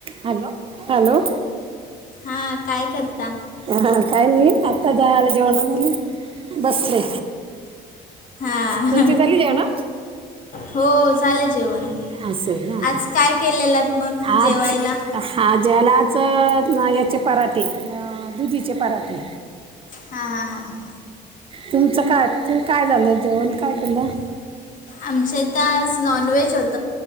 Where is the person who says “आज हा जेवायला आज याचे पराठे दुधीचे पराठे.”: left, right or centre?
Right